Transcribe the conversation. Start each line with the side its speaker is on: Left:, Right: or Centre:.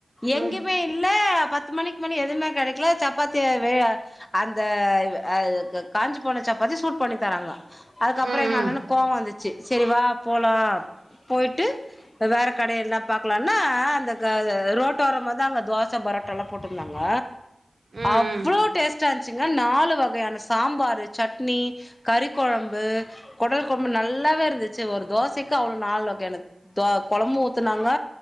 Left: எங்கியுமே
Right: ம்
Left: இல்ல பத் பத்து மணிக்கு மேல எதுவுமே கெடைக்கல சப்பாத்திய வே அ அந்த வ் வ அ க காஞ்சி போன சாப்பத்திய சூட் பண்ணி தராங்க அதுக்கப்றோ
Right: ம்
Left: எங்க
Right: ம்
Left: அண்ணனுக்கு கோவ வந்துச்சு சரிவா போலா போயிட்டு வேற கடயதனா பாக்கலானா அந்த க ரோட்டோரமா தா அங்க தோச பரோட்டல்லா போட்ருந்தாங்க
Right: ம் ம்
Left: அவ்ளோ டேஸ்ட் வச்சுங்க நாலு வகயான சாம்பாரு சட்னி கறிக்கொழம்பு கொடல் கொழம்பு நல்லாவே இருந்துச்சு ஒரு தோசக்கு அவ்ளோ நால் வகயானத் தொ கொழம்பு ஊத்துனாங்க